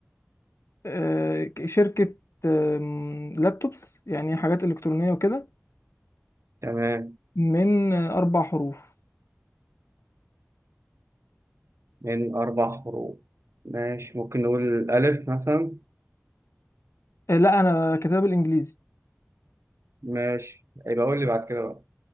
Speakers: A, on the left (about 75°); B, on the right (about 80°).
A: آه، شركة آم، لابتوبس يعني حاجات إلكترونية وكده
B: تمام
A: من آه، أربع حروف
B: من أربع حروف ماشي ممكن نقول ألف مثلا
A: آه، لا أنا كتاب الإنجليزي
B: ماشي يبقى قول لي بعد كده بقى